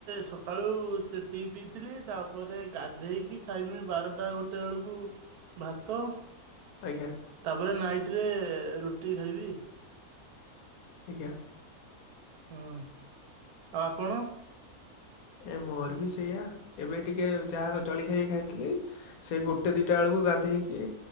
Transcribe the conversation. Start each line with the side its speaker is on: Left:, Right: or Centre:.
Right: ସକାଳୁ ଟି ପିଇଥିଲି ତାପରେ ଗାଧେଇକି ଖାଇନି ବାରଟା ଗୋଟେ ବେଳକୁ ଭାତ।
Left: ଆଜ୍ଞା।
Right: ତାପରେ ନାଇଟ୍ ରେ ରୁଟି ଖାଇବି।
Left: ଆଜ୍ଞା।
Right: ହୁଁ ଆପଣ?
Left: ଏ ମୋର ବି ସେଇଆ ଏବେ ଟିକେ ଯାହା ଜଳିଖିଆ ଖାଇଥିଲି। ସେ ଗୋଟେ ଦିଟା ବେଳକୁ ଗାଧେଇକି